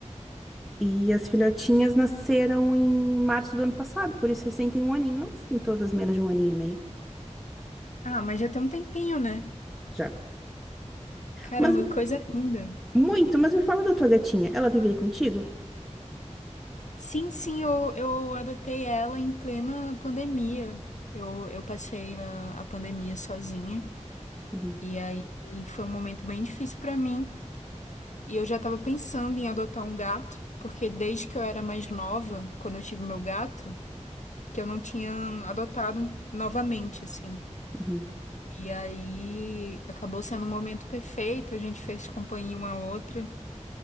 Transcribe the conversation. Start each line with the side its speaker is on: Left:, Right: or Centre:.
Centre: E as filhotinhas nasceram em março do ano passado, por isso recém tem um aninho. Elas têm todas menos de um aninho e meio
Left: Ah, mas já tem um tempinho, né?
Centre: já.
Left: Caramba,
Centre: Mas
Left: que coisa linda.
Centre: muito, mas me fala da tua gatinha. Ela vive aí contigo?
Left: Sim, sim, eu, eu adotei ela em plena pandemia. Eu, eu passei a, a pandemia sozinha,
Centre: Uhum,
Left: e aí foi um momento bem difícil pra mim. E eu já estava pensando em adotar um gato, porque desde que eu era mais nova, quando eu tive meu gato, que eu não tinha adotado novamente, assim.
Centre: uhum,
Left: E aí acabou sendo um momento perfeito, a gente fez companhia uma à outra.